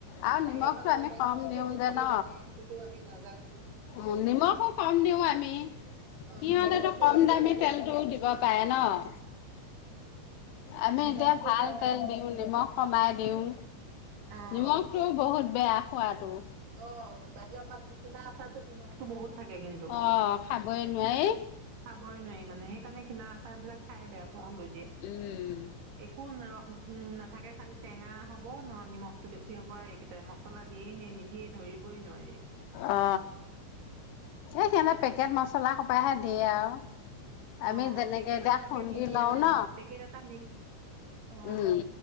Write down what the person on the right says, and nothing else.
বাহিৰ
পৰা আনা
বা
কি
তেলত
দি
বনাই সেইটোতো আমি নাজানো।
অ
নিমখটো
বেছি
খোৱা ভাল
নহয়
নিমখটো
খাই
নহয়তো।
অ',
অ 'বাহিৰৰ পৰা কিনা আছাৰ টোত নিমখো বহুত থাকে কিন্তু
খাবই নোৱাৰি মানে সেইকাৰণে কিনা আচাৰ বিলাক। খাই বেয়া পোৱা হলো এতিয়া
একো নাই ৰস। উম নাথাকে খালি টেঙা হ'ব ন নিমখ। বেছি হ'বই এইকেইটাই মচলা দিয়ে নে নিদিয়ে। দিয়ে ধৰিবই নোৱাৰি।
অ'
পেকেট
বিলাকে
দি দিয়ে
অ' পেকেট এটা মিক্স অ'।